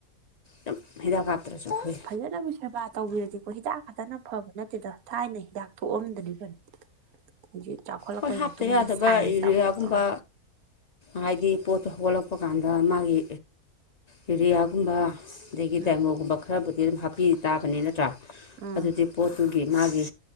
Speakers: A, on the left (about 75°); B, on the right (about 70°).
A: ꯌꯥꯝ ꯍꯤꯗꯥꯛ ꯀꯥꯞꯇ꯭ꯔꯁꯨ ꯐꯏ
B: ꯐꯖꯅꯕꯨ ꯁꯦꯕꯥ ꯇꯧꯕꯤꯔꯗꯤꯀꯣ ꯍꯤꯗꯥꯛ ꯈꯥꯇꯅ ꯐꯕ ꯅꯠꯇꯦꯗ ꯊꯥꯏꯅ ꯍꯤꯗꯥꯛ ꯊꯣꯛꯑꯝꯗꯔꯤꯕꯅꯤ ꯍꯧꯖꯤꯛ ꯆꯥꯎꯈꯠꯂꯛꯄꯩ
A: ꯍꯣꯏ ꯍꯥꯞꯇ
B: ꯃꯇꯨꯡ
A: ꯌꯥꯗꯕ
B: ꯏꯟꯅ ꯁꯥꯏꯟꯁ
A: ꯌꯨꯔꯤꯌꯥꯒꯨꯝꯕ
B: ꯆꯥꯎꯈꯠꯂꯛꯑꯃꯦ
A: ꯍꯥꯏꯗꯤ ꯄꯣꯠꯇꯣ ꯍꯧꯒꯠꯂꯛꯄ ꯀꯥꯟꯗ ꯃꯥꯒꯤ ꯌꯨꯔꯤꯌꯥꯒꯨꯝꯕ ꯑꯗꯒꯤ
B: ꯎꯝ
A: ꯗꯥꯏꯃꯣꯟꯒꯨꯝꯕ ꯈꯔꯕꯨꯗꯤ ꯑꯗꯨꯝ ꯍꯥꯞꯄꯤ ꯇꯥꯕꯅꯤ ꯅꯠꯇ꯭ꯔꯥ
B: ꯎꯝ
A: ꯑꯗꯨꯗꯤ ꯄꯣꯠꯇꯨ ꯒꯤ ꯃꯥꯒꯤ